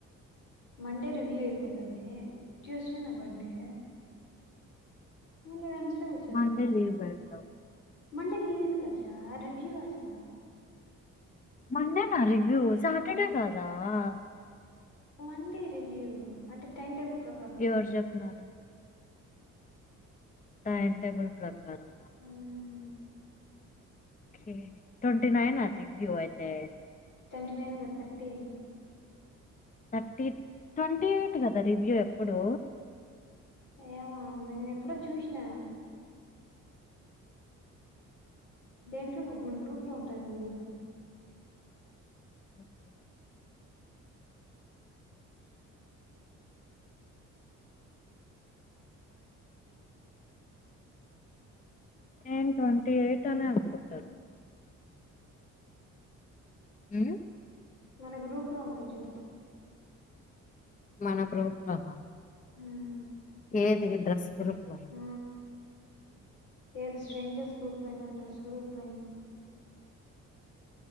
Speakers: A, on the left; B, on the left.
A: మండే రివ్యూ అయిపోంది అదే ట్యూస్ నా బర్డే మళ్ళీ వెన్స్ డే వచ్చేస్తారా
B: మండే లీవ్ పెడతావు
A: మండే లీవ్ ఎందుకు ఆషా ర్ రివ్యూ ఆశ
B: మండే నా రి వ్యూ సాటర్డే
A: ఆ
B: కాదా ఆ
A: మండే రివ్యూ అంటే టైం టేబుల్ ప్రకారం
B: ఎవర్ జప్పన్నారు టైమ్ టెబుల్ ప్రకరమ్
A: అవును
B: ఓకే ట్వెంటీ నైన్ అది రివ్యూ అయితే
A: ట్వంటీ నైన్ గాదు థర్టీ
B: థర్టీ ట్వంటీ ఎయిట్ కదా రివ్యూ ఎప్పుడు
A: ఏమో నేను ఎప్పుడో చూసినా దేంట్లో నువ్వు మన గ్రూప్ లో ఉంటది ఏమో చూడు
B: ఓకే నేన్ ట్వంటీ ఎయిట్ అని అనుకుంటాను ఉ
A: మన గ్రూప్ లో ఉండొచ్చు
B: మన గ్రూప్ లోన
A: మ్మ్.
B: ఏది డ్రస్ గ్రూప్ లోన
A: ఆ ఏది స్ట్రేంజర్స్ గ్రూప్లో అయినా డ్రెస్ గ్రూప్లో అయినా